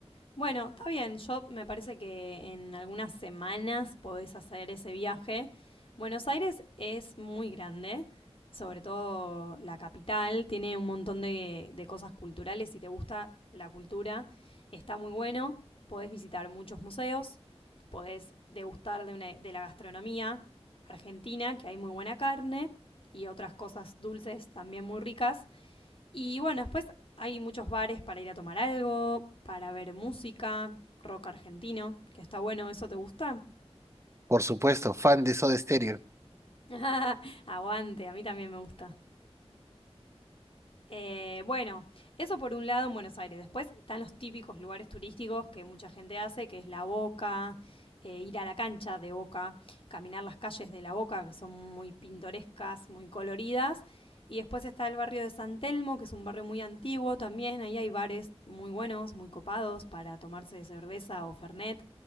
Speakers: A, on the left (about 55°); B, on the right (about 25°).
A: Bueno, está bien. Yo me parece que en algunas semanas podés hacer ese viaje. Buenos Aires es muy grande, sobre todo la capital. Tiene un montón de, de cosas culturales. Si te gusta la cultura, está muy bueno. Podés visitar muchos museos. Podés degustar de, una- de la gastronomía argentina, que hay muy buena carne y otras cosas dulces también muy ricas. Y bueno, después hay muchos bares para ir a tomar algo, para ver música, rock argentino, que está bueno, ¿eso te gusta?
B: Por supuesto, fan de Soda Stereo.
A: <laughs> Aguante, a mí también me gusta. Eh, bueno, eso por un lado en Buenos Aires. Después están los típicos lugares turísticos que mucha gente hace, que es la Boca, eh, ir a la cancha de Boca, caminar las calles de la Boca, que son muy pintorescas, muy coloridas. Y después está el barrio de San Telmo, que es un barrio muy antiguo también. Ahí hay bares muy buenos, muy copados para tomarse cerveza o fernet